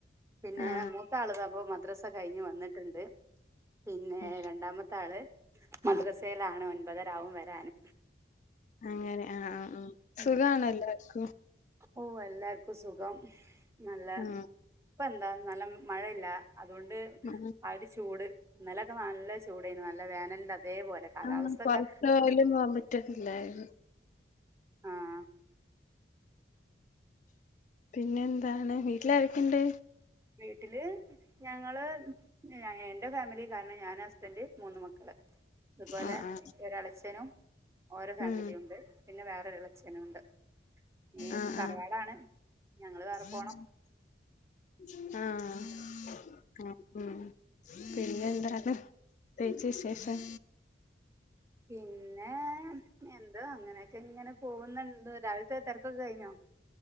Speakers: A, on the right; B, on the left.
A: പിന്നെ
B: ആ
A: മൂത്താള് ഇതാപ്പം മ ദ്രസ കഴിഞ്ഞ് വന്ന്ട്ട്ണ്ട് പിന്നെ
B: ഓക്കെ
A: രണ്ടാമത്തെ ആള് മദ്രസയിലാണ് ഒൻപതരാവും വരാന്
B: അങ്ങനെ ആ ആ സുഖാണോ
A: ഉം
B: എല്ലാർക്കും
A: ഓ എല്ലാർക്കും സുഖം നല്ലെ
B: ഉം
A: ഇപ്പ എന്താ നല്ല മഴല്ല അതുകൊണ്ട്
B: ഉം
A: ആ ഒര് ചൂട് ഇന്നലൊക്കെ നല്ല ചൂടേന്നു നല്ല വേനലിന്റെ അതേപോലെ കാലാവസ്ഥൊക്കെ
B: ആഹ് കൊറച്ച് പോലും പോകാൻ പറ്റുന്നില്ലായിരുന്നു
A: ആഹ്
B: പിന്നെന്താണ് വീട്ടിൽ ആരൊക്കേണ്ട്
A: വീട്ടില് ഞങ്ങള് ഞഎന്റെ ഫാമിലി കാരണം ഞാൻ ഹസ്ബൻ്റ് മൂന്ന് മക്കള് അതുപോലെ
B: ആ ആ
A: ഒരളച്ചനും ഓരേ ഫാമിലിയുംണ്ട്
B: ഉം
A: പിന്നെ വേറൊരുളചനുണ്ട് ഈത്
B: ആ
A: തറവാടാണ്
B: ആ
A: ഞങ്ങള്
B: <inaudible>
A: വേറെ പോണം
B: ആ അ ഉം പിന്നെ ന്താണ് തേച് വിശേഷം
A: പിന്നേ എന്താ അങ്ങനെയൊക്കെ ങ്ങെനെ പോവുന്ന്ണ്ട് രാവിലത്തെ തെരക്കൊക്കെ കഴിഞ്ഞോ